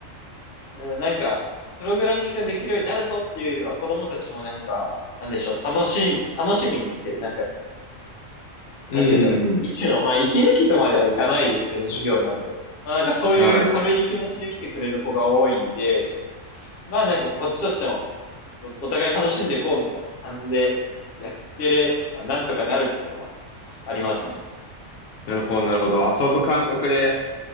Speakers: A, on the left (about 50°); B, on the left (about 80°).
A: うん、なんか、プログラミングができるようになるぞっていうよりは、子供たちもなんか、なんでしょう、楽しみ、楽しみに来てる。なんか、
B: うん、
A: なんて言うんだろう。
B: うん。
A: 一種の、まあ、息抜きとまではいかないですけど、授業なんで。まあ、なんかそういう軽い気持ちで来てくれる子が多いんで、
B: はい。
A: まあ、なんかこっちとしても、お、お互い楽しんでいこうみたいな感じでやってれば、なんとかなるってのはありますね。
B: なるほど、なるほど。遊ぶ感覚で、